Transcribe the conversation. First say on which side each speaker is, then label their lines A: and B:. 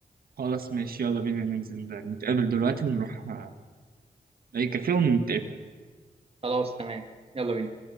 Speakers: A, on the right; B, on the right.
A: خلاص ماشي يلا بينا ننزل نتقابل دلوقتي ونروح آه، أي كافيه ونتقابل
B: خلاص تمام يلا بينا